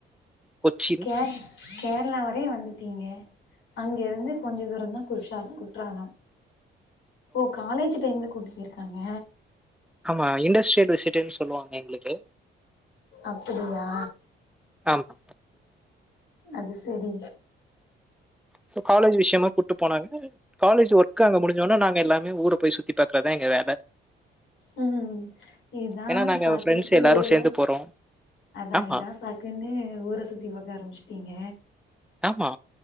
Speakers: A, in the centre; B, on the left.
A: கொச்சின்
B: கே கேரளா வரே வந்துட்டீங்க அங்க இருந்து கொஞ்ச தூரந்தா குற்ற குற்றாலம் ஓ காலேஜ் டைம்ல கூட்டு போயிருக்காங்க
A: ஆமா இண்டஸ்ட் பெரசிடென்ஸ் சொல்லுவாங்க எங்களுக்கு
B: அப்படியா
A: ஆமா
B: அது செரி
A: சோ காலேஜ் விஷயமா கூப்ட்டு போனாங்க காலஜ் ஒர்க்க அங்க முடிஞ்சோனா நாங்க எல்லாமே ஊர போய் சுத்தி பாக்குறதுதா எங்க வேல
B: உம் இதா
A: ஏன்னா, நாங்க
B: சாக்குன்ட்டு
A: ஃப்ரெண்ட்ஸ் எல்லாரும்
B: ஊரெல்லா
A: சேர்ந்து
B: சுத்ஸஅதா
A: போறோம். ஆமா,
B: இதா சாக்குன்னு ஊர சுத்தி பாக்க ஆரம்பிச்ட்டீங்க
A: ஆமா